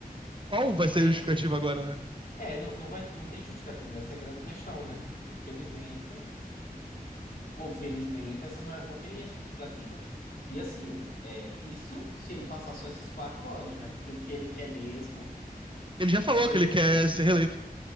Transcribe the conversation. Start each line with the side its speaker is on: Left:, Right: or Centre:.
Right: Qual vai
Left: É,
Right: ser a justificativa
Left: é,
Right: agora, né?
Left: é, não, não vai, não tem justificativa. Essa é a grande questão, né? Infelizmente, ou felizmente, essa não, é- não tem essa justificativa. E assim, é, isso se ele passar só esses quatro anos, né? Porque o que ele quer mesmo,
Right: Ele já falou
Left: ser
Right: que ele quer ser reeleito.